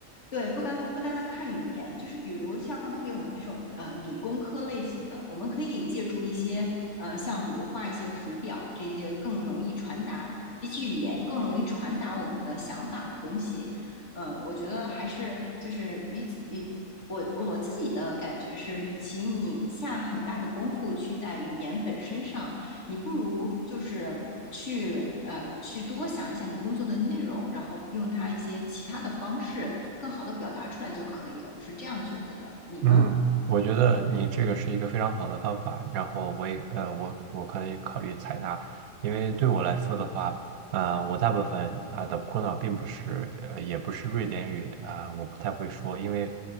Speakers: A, on the left; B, on the right.
A: 对，不单不单单看语言，就是比如像特别我们这种呃理工科类型的，我们可以借助一些呃像比如画一些图表这些更容易传达，比起语言更容易传达我们的想法的东西。呃，我觉得还是就是与与我我自己的感觉是，与其你下很大的功夫去在语言本身上你不如就是去呃去多想一下你工作的内容，然后用它一些其他的方式更好的表达出来就可以了。我是这样觉得的，你呢？
B: 嗯，我觉得你这个是一个非常好的方法，然后我也呃，我我可以考虑采纳，因为对我来说的话，呃，我大部分啊、呃的苦恼并不是呃，也不是瑞典语啊、呃我不太会说，因为